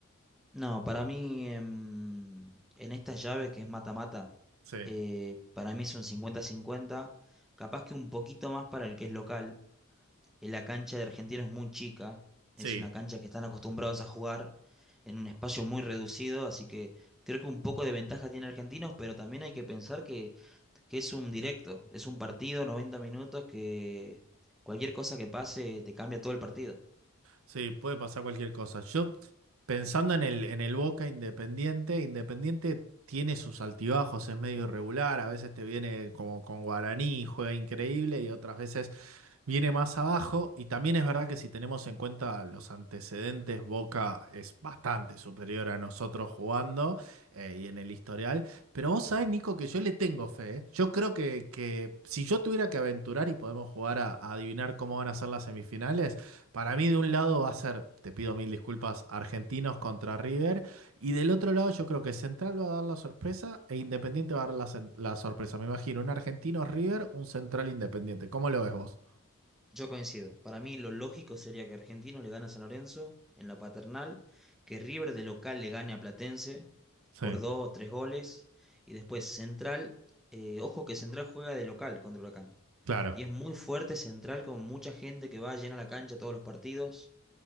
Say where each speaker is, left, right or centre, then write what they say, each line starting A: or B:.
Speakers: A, in the centre; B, on the right.
A: No, para mí em, en, estas llaves que es mata-mata,
B: Sí,
A: eh, para mí es un cincuenta cincuenta capaz que un poquito más para el que es local eh, La cancha de Argentino es muy chica,
B: sí.
A: es una cancha que están acostumbrados a jugar en un espacio muy reducido, así que creo que un poco de ventaja tiene Argentinos, pero también hay que pensar que, que es un directo, es un partido, 90 minutos, que cualquier cosa que pase te cambia todo el partido.
B: Sí, puede pasar cualquier cosa. Yo, pensando en el, en el Boca Independiente, Independiente tiene sus altibajos, es medio irregular, a veces te viene como con Guaraní, juega increíble y otras veces viene más abajo. Y también es verdad que si tenemos en cuenta los antecedentes, Boca es bastante superior a nosotros jugando eh, y en el historial. Pero vos sabés, Nico, que yo le tengo fe. ¿eh? Yo creo que, que si yo tuviera que aventurar y podemos jugar a a adivinar cómo van a ser las semifinales, para mí, de un lado va a ser, te pido mil disculpas, Argentinos contra River. Y del otro lado, yo creo que Central va a dar la sorpresa e Independiente va a dar la, sen- la sorpresa. Me imagino un Argentino River, un Central Independiente. ¿Cómo lo ves vos?
A: Yo coincido. Para mí lo lógico sería que Argentinos le gane a San Lorenzo en la Paternal, que River de local le gane a Platense
B: Sí,
A: por dos o tres goles. Y después Central, eh, ojo que Central juega de local contra Huracán.
B: claro.
A: Y es muy fuerte Central con mucha gente que va llena la cancha todos los partidos.